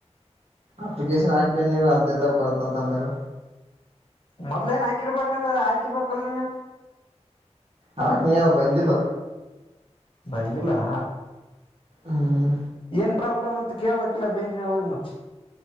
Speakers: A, on the right (about 60°); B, on the left (about 50°).
A: ಅಪ್ಲಿಕೇಶನ್ ಹಾಕ್ ಬಂದೀನಿ ಹತ್ತ್ ದಿನದಾಗ ಬರತ್ತಂತ ಅಂದಾರ.
B: ಮೊದ್ಲ ಏನ್ ಹಾಕಿರ್ಬೇಕಂದ್ರ ಹಾಕಿರ್ಬೇಕಲ್ ನೀನು
A: ಹಾಕಿನಿ ಅ ಬಂದಿಲ್ಲ
B: ಬಂದಿಲ್ಲಾ
A: ಹ್ಮ್
B: ಏನ್ ಪ್ರಾಬ್ಲಮ್ ಅಂತ ಕೇಳ್ಬೇಕಿಲ್ಲ ಬ್ಯಾಂಕ್ನಾಗ್ ಹೋಗಿ ಮತ್